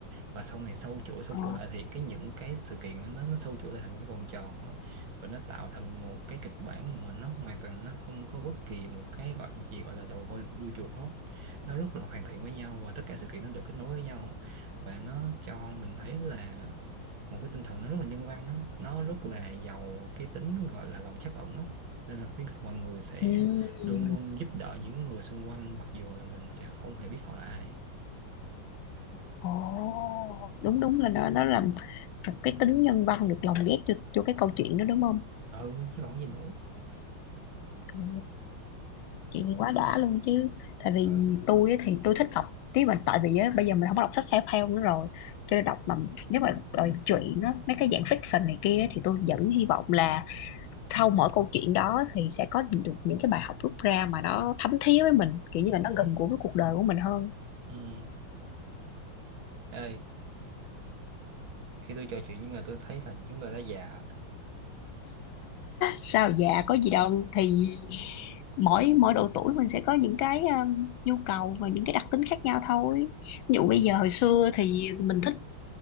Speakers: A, on the right; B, on the left.
A: và sau này sâu chuỗi sâu
B: ồ
A: chuỗi lại thì cái những cái sự kiện đó, nó nó sâu chuỗi lại thành một cái vòng tròn đó. và nó tạo thành một cái kịch bản mà nó hoàn toàn nó không có bất kỳ một cái gọi gì gọi là đầu voi đuôi chuột hết nó rất là hoàn thiện với nhau và tất cả sự kiện nó đều kết nối với nhau và nó cho mình thấy là một cái tinh thần nó rất là nhân văn á nó rất là giàu cái tính gọi là lòng trắc ẩn á nên là khuyến khích mọi người sẽ
B: ừ
A: luôn luôn giúp đỡ những người xung quanh mặc dù là mình sẽ không hề biết họ là ai
B: ồ đúng đúng là nó nó làm một cái tính nhân văn được lồng ghép cho cho cái câu chuyện đó đúng không
A: ừ chứ còn gì nữa
B: ừ. chuyện gì quá đã luôn chứ tại vì
A: ừ
B: tôi á thì tôi thích đọc tiếng mà tại vì á bây giờ mình không có đọc sách self-help nữa rồi cho nên đọc mà nếu mà đòi chuyện á mấy cái dạng fiction này kia á, thì tôi vẫn hy vọng là sau mỗi câu chuyện đó thì sẽ có được những cái bài học rút ra mà nó thấm thía với mình kiểu như là nó
A: ừ
B: gần gũi với cuộc đời của mình hơn
A: ừ ơi khi tôi trò chuyện nhưng mà tôi thấy là chúng tôi đã già
B: sao dạ có gì đâu thì mỗi mỗi độ tuổi mình sẽ có những cái um, nhu cầu và những cái đặc tính khác nhau thôi ví dụ bây giờ hồi xưa thì mình thích